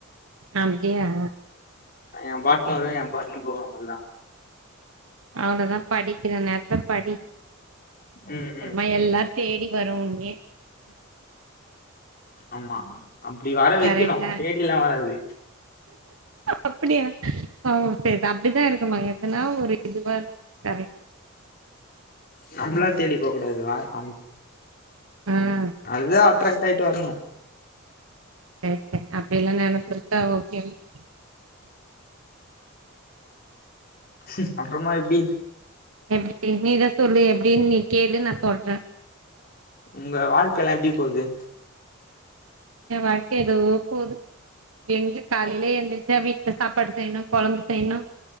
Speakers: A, on the right; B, on the left.
A: அப்டியா
B: ஏ பாட்னரு ஏ பாட்னர் ப்ரோவு வந்தா
A: அவ்ளதா படிக்கிற நேரத்துலப் படி
B: ம்
A: அப்றமா
B: ம்
A: எல்லா தேடி வரு உன்னே
B: ஆமா அப்டி வர வைக்கனு
A: கரெக்டா
B: தேடிலா வராது
A: அப்டியா ஆ சேர் அப்டிதா இருக்குனு எதுனா ஒரு இதுவா இருக்க <inaudible>
B: நம்ளா தேடி போ கூடாது வா அ
A: ம்
B: அது தா அட்ராக்ட் ஆயிட்டு வர்னு
A: ஏ அப்டியெல்லா நெனப்பு இருக்கா ஓகே ஓகே
B: சிஸ் அப்றமா எப்டி
A: எப்டி நீதா சொல்லு எப்டின் நீ கேளு நா சொல்றே
B: ஒங்க வாழ்க்கலா எப்டி போது
A: ஏ வாழ்க்க எதோ போது எங்க காலைல எந்திரிச்சா வீட்ல சாப்பாடு செய்னு கொழம்பு செய்னு